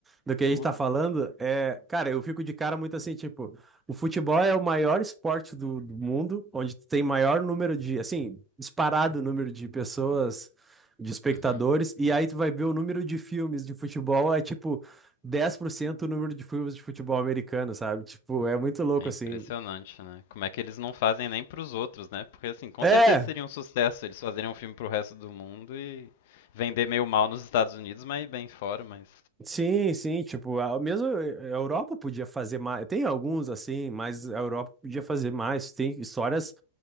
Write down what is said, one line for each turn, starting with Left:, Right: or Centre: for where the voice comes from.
Right: Do que a
Left: <laughs> curto.
Right: gente tá falando, é, cara, eu fico de cara muito assim, tipo, o futebol é o maior esporte do, do mundo, onde tem maior número de, assim, disparado número de pessoas, de espectadores,
Left: Uhum.
Right: e aí tu vai ver o número de filmes de futebol, é tipo 10% o número de filmes de futebol americano, sabe? Tipo, é muito louco
Left: É impressionante,
Right: assim.
Left: né? Como é que eles não fazem nem pros outros, né? Porque assim, com
Right: É.
Left: certeza seria um sucesso eles fazerem um filme pro resto do mundo e vender meio mal nos Estados Unidos, mas bem fora, mas.
Right: Sim, sim, tipo, a, mesmo a Europa podia fazer mais. Tem alguns assim, mas a Europa podia fazer mais. Tem histórias